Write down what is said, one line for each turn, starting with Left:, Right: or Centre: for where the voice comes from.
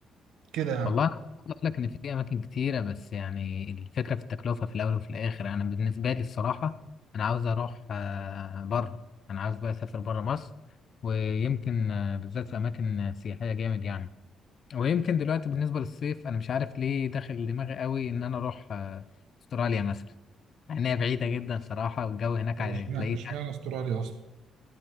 Right: كده يعني
Left: والله أنا عاوز أقول لك إن في أماكن كتيرة بس يعني الفكرة في التكلفة في الأول وفي الآخر أنا بالنسبة لي الصراحة أنا عاوز أروح آه، بره أنا عاوز بقى أسافر بره مصر ويمكن آه، بالذات في أماكن سياحية جامد يعني ويمكن دلوقتي بالنسبة للصيف أنا مش عارف ليه داخل دماغي قوي إن أنا أروح آه، أستراليا مثلا مع إنها بعيدة جدا صراحة والجو هناك
Right: طب
Left: هتلاقيه
Right: اشمعنى اشمعنى استراليا اصلا